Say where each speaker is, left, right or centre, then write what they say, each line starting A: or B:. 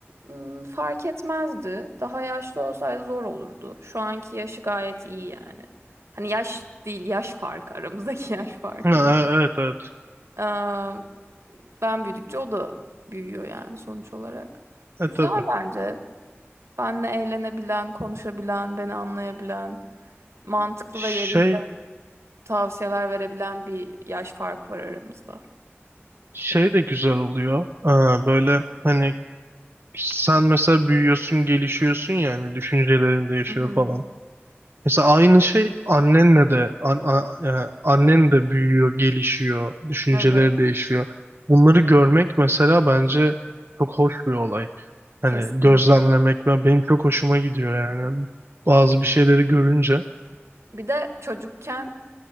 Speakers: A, on the right; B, on the right.
A: ım, fark etmezdi. Daha yaşlı olsaydı zor olurdu. Şu anki yaşı gayet iyi yani. Hani yaş değil, yaş farkı aramızdaki <laughs> yaş farkı
B: Ha,
A: iyi.
B: e- evet, evet.
A: Ee, ben büyüdükçe o da büyüyor yani sonuç olarak.
B: E
A: Güzel
B: tabii.
A: bence. Benle eğlenebilen, konuşabilen, beni anlayabilen, mantıklı
B: Şey,
A: ve yerinde tavsiyeler verebilen bir yaş farkı var aramızda.
B: şey de güzel oluyor. Aa, böyle hani sen mesela büyüyorsun, gelişiyorsun yani düşüncelerin değişiyor
A: Hı hı,
B: falan. Mesela aynı şey annenle de an, a- e, annen de büyüyor, gelişiyor, düşünceleri
A: Evet.
B: değişiyor. Bunları görmek mesela bence çok hoş bir olay. Hani
A: Kesinlikle.
B: gözlemlemek ve benim çok hoşuma gidiyor yani. Bazı bir şeyleri görünce.
A: Bir de çocukken